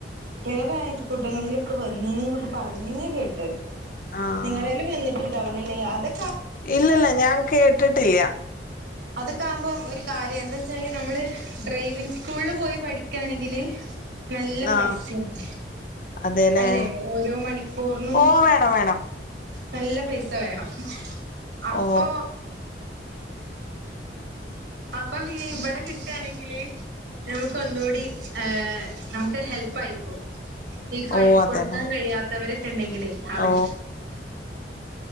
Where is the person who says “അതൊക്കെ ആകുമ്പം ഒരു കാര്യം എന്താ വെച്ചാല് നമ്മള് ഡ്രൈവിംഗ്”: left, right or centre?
Right